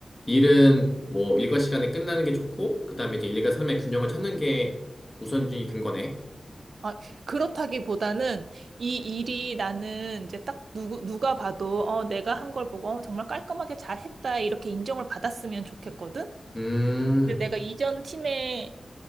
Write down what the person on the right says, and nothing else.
아, 그렇다기보다는 이 일이 나는 이제 딱 누구, 누가 봐도 어, 내가 한 걸 보고 어, 정말 깔끔하게 잘 했다 이렇게 인정을 받았으면 좋겠거든?
내가 이전 팀에서